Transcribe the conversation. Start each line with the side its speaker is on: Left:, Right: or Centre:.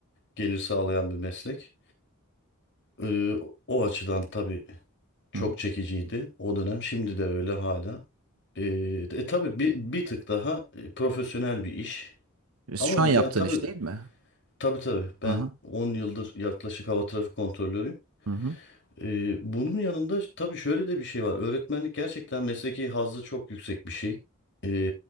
Left: gelir sağlayan bir meslek. Ee, o açıdan tabii Çok
Right: Hı.
Left: çekiciydi o dönem. Şimdi de öyle hala. Ee, e, tabii bir, bir tık daha e, profesyonel bir iş.
Right: Şu
Left: Ama
Right: an
Left: bu-
Right: yaptığın
Left: ya, tabii
Right: iş değil mi?
Left: tabii tabii
Right: Aha.
Left: ben 10 yıldır yaklaşık hava trafik kontrolörüyüm.
Right: Hı hı.
Left: Ee, bunun yanında tabii şöyle de bir şey var. Öğretmenlik gerçekten mesleki hazzı çok yüksek bir şey. Ee,